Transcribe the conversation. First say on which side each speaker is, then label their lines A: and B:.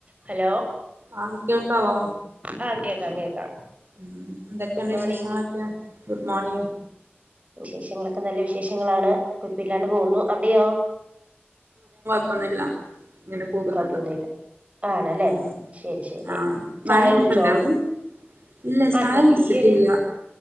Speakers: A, on the right; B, on the right.
A: Hello
B: ആഹ് കേൾക്കാവോ
A: ആഹ് കേക്കാം കേക്കാം
B: ഉം എന്തൊക്കെയുണ്ട്
A: ഗുഡ്മോണിങ്
B: വിശേഷങ്ങളൊക്കെ ഗുഡ് മോർണിംഗ്
A: വിശേഷങ്ങളൊക്ക നല്ല വിശേഷങ്ങളാണ് കുഴപ്പല്ലാണ്ട് പോകുന്നു അവിടെയോ?
B: ഇപ്പൊന്നില്ല ഇങ്ങനെ പോകുന്നുണ്ട്
A: കുഴപ്പൊന്നുമില്ല ആണല്ലേ
B: ആഹ്
A: ശരി ശരി
B: ആഹ് മഴ
A: ചായ
B: <unintelligible> അവിടെ
A: കുടിച്ചോ
B: ഇല്ല ചായ
A: ആഹ് ചെറിയൊരു
B: കുടിച്ചിട്ടില്ല.